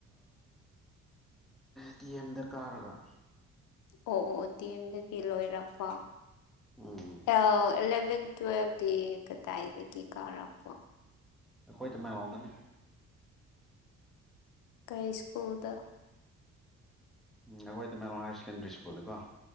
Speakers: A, in the centre; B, on the left.
A: ꯇꯤ ꯑꯦꯝꯗ ꯀꯥꯔꯒ
B: ꯑꯣ ꯑꯣ ꯗꯤ ꯑꯦꯝꯗꯒꯤ ꯂꯣꯏꯔꯛꯄ
A: ꯎꯝ
B: ꯑꯦꯂꯚꯦꯟ ꯇꯨꯋꯦꯜꯐꯗꯤ ꯀꯗꯥꯏꯗꯒꯤ ꯀꯥꯔꯛꯄꯣ
A: ꯈꯣꯏ ꯇ ꯃ ꯂꯥꯎꯗꯅꯤ
B: ꯀꯩ ꯁ꯭ꯀꯨꯜꯗ
A: ꯎꯝ ꯑꯩꯈꯣꯏ ꯇ ꯃꯂꯣ ꯍꯥꯏꯌꯔ ꯁꯦꯀꯦꯟꯗꯔꯤ ꯁ꯭ꯀꯨꯜꯗꯀꯣ